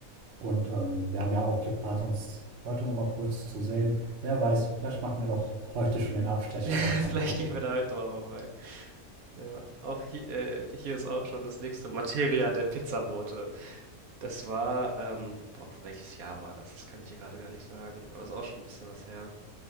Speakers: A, on the right (about 55°); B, on the right (about 75°).
A: und ähm, wir haben ja auch geplant, uns heute nochmal kurz zu sehen. Wer weiß, vielleicht machen wir doch heute schon den Abstecher
B: <laughs>
A: bei Franco.
B: Vielleicht gehen wir da heute mal vorbei. Ja, auch hier, äh, hier ist auch schon das nächste Materia der Pizzabote. Das war, ähm, boah, welches Jahr war das? Das kann ich hier gerade gar nicht sagen. Aber ist auch schon ein bisschen was her.